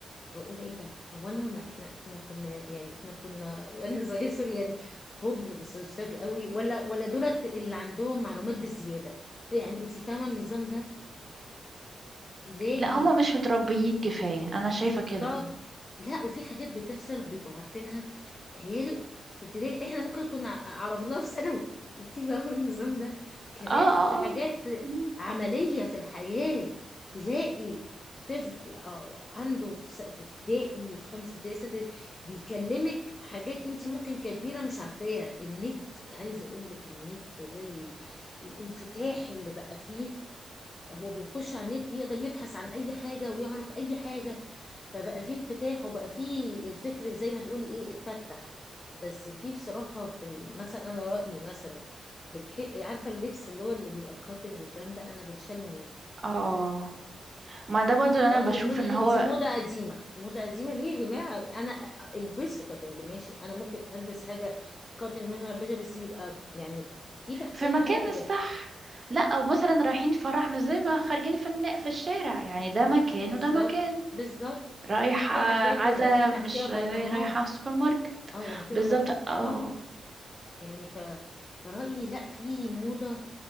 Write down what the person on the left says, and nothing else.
بقول ايه ده هو انا ما احنا احنا كنا يعني احنا كنا وانا زي سوري يعني هبل وسذاج قوي ولا ولا دولت اللي عندهم معلومات بزياده يعني انت فاهمه النظام ده تلاقي
بالظبط
لا وفي حاجات بتحصل بيبقوا عارفينها عيال في ابتدائي احنا ممكن كنا ع- عرفناها في ثانوي انتي فاهمة النظام ده كمان
في حاجات
عملية في الحياة تلاقي طفل أو عنده في س- في ابتدائي في خمسة ابتدائي ستة ابتدائي، بيكلمك حاجات انتي ممكن ككبيرة مش عارفاها النت عايزة اقول لك النت والانفتاح اللي بقى فيه هو بيخش على النت يقدر يبحث عن اي حاجة ويعرف اي حاجة فبقى فيه انفتاح وبقى فيه الفكر زي ما تقولي ايه اتفتح بس فيه بصراحة في ال- مثلا انا رأيي مثلا بتح... عارفة اللبس اللي هو اللي بيبقى الكاتنج والكلام ده انا بتشل منه
يقعدوا
يقولوا لي
انتي موضة قديمة موضة قديمة ليه يا جماعة انا البسه كاتنج ماشي انا ممكن البس حاجة كاتنج ماشي ما البسها بس يبقى يعني في تحتيها
حاجة
بالظبط
بالظبط
في حاجات
بيبقى في تحتيها
بطانات
اه يعني في
بناطيل
اه يعني ف فرأيي لا في موضة